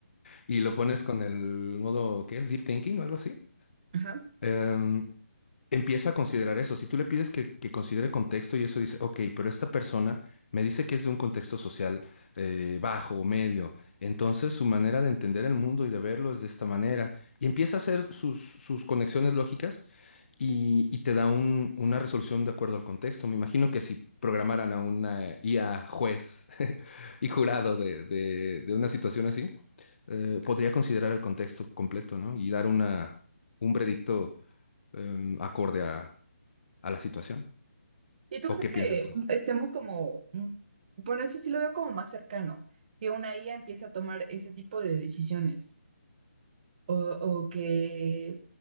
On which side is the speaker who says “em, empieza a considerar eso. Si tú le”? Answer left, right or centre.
Left